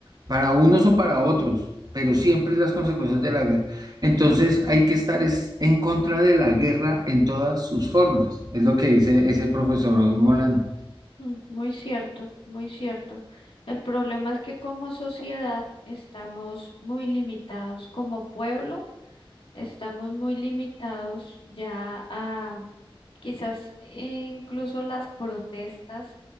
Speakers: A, on the right; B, on the left.
A: para unos o para otros, pero siempre las consecuencias de la guerra. Entonces hay que estar es, en contra de la guerra en todas sus formas, es lo que dice ese profesor Molano.
B: Mm, Muy cierto, muy cierto. El problema es que como sociedad estamos muy limitados como pueblo Estamos muy limitados ya a quizás incluso las protestas